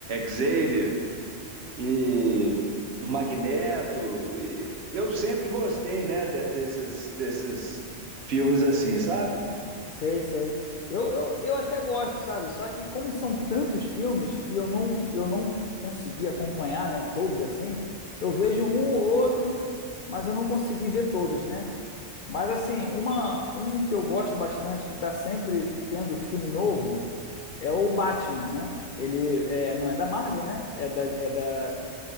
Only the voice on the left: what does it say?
Sei, sei. Eu, eu, eu até gosto, sabe? Só que como são tantos filmes e eu não eu não consegui acompanhar, né, todos assim, eu vejo um ou outro, mas eu não consegui ver todos, né? Mas assim, uma um que eu gosto bastante, que tá sempre tendo filme novo, é o Batman, né? Ele é, não é da Marvel, né? É da, é da,